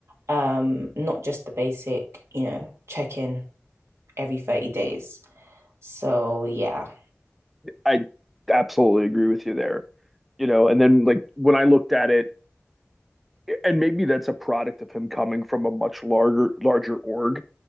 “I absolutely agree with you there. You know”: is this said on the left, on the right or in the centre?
Centre